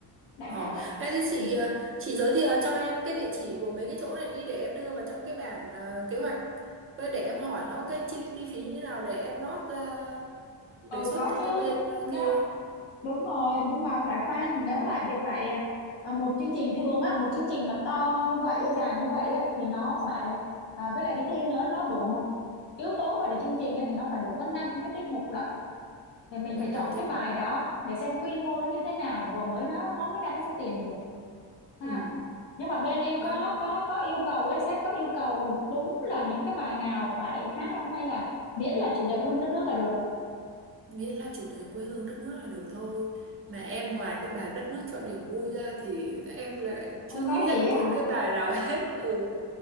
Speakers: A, on the left; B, on the right.
A: đại
B: ờ
A: khái vậy
B: thế thì chị
A: ừ,
B: ờ, chị giới thiệu cho em cái địa chỉ của mấy cái chỗ này đi để em đưa vào trong cái bản ờ, kế hoạch với để em hỏi nó cái chi chi phí như thế nào để em nót ra đề
A: ừ
B: xuất
A: có
B: cho
A: chứ
B: cái bên ờ,
A: đó
B: kia
A: đúng rồi nhưng mà phải khoan nếu vậy thì phải à, một chương trình thường á một chương trình mà to như vậy á, dài như vậy á thì nó phải à, với lại đi thi nữa nó đủ một yếu tố gọi là chương trình á thì nó phải đủ có năm cái tiết mục lận thì mình
B: ủa
A: phải chọn
B: năm tiếp
A: cái bài đó để xem quy mô nó như thế nào rồi mới nó nó mới ra cái số tiền được ha
B: ừ
A: nhưng mà bên em có
B: năm
A: có có yêu cầu ấy sếp có yêu cầu đúng là những cái bài nào phải hát không hay là miễn là chủ đề của đất nước là được
B: miễn là chủ đề quê hương đất nước là được thôi mà em ngoài cái bài đất nước chọn niềm vui ra thì em lại
A: không
B: chưa
A: có
B: nghĩ
A: gì
B: ra được
A: á
B: thêm
A: hả
B: cái bài nào <laughs> hết ừ